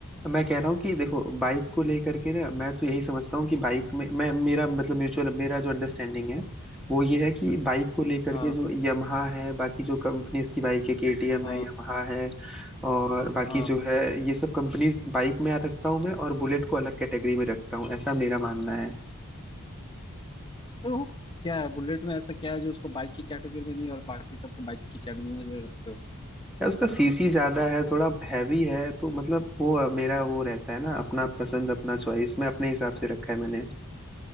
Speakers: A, in the centre; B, on the left.
A: मैं कह रहा हूँ कि देखो बाइक को लेकर के ना मैं तो यही समझता हूँ कि बाइक में मैं मेरा मतलब म्यूचुअल मेरा जो अंडरस्टैंडिंग है वो ये है कि बाइक को लेकर
B: हाँ
A: के जो यमहा है बाकी जो कंपनीज की बाइक है केटीएम
B: हाँ
A: है यमहा है और बाकी
B: हाँ
A: जो है ये सब कंपनीज बाइक में आ रखता हूँ मैं और बुलेट को अलग कैटेगरी में रखता हूँ ऐसा मेरा मानना है
B: क्यों क्या है बुलेट में ऐसा क्या है जो उसको बाइक की कैटेगरी में नहीं और बाकी सबको बाइक की कैटेगरी में जो रखते हो
A: यार उसका सीसी ज्यादा है थोड़ा हैवी है तो मतलब वो मेरा वो रहता है ना अपना पसंद अपना चॉइस मैं अपने हिसाब से रखा है मैंने